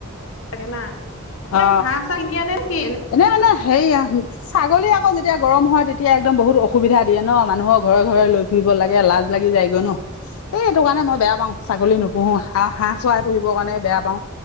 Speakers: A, on the left; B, on the left.
A: লাগে না
B: অ
A: এ ঘাঁহ চাহ কিনি আনে কি
B: এনে মানে হেই ছাগলী আকৌ যেতিয়া গৰম হয় তেতিয়া একদম বহুত অসুবিধা দিয়ে ন মানুহৰ ঘৰে ঘৰে লৈ ফুৰিব লাগ লাজ লাগি যায়গৈ ন এই এইটো কাৰণে মই বেয়া পাওঁ ছাগলী নুপুহো আৰু হাঁহ চৰাই পুহিবৰ কাৰণে বেয়া পাও